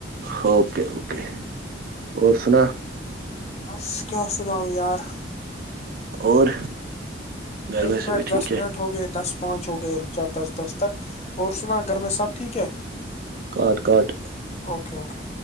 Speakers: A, on the right; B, on the left.
A: اوکے اوکے اور سنا
B: بس کیا اس نا یار
A: اور گھر
B: ایک
A: میں سے
B: منٹ
A: بھی ٹھیک
B: دس
A: ہے
B: منٹ ہو گئے دس پانچ ہو گئے رکچات دس دس تک اور سنا گھر میں سب ٹھیک ہے
A: کاٹ کاٹ
B: اوکے اوکے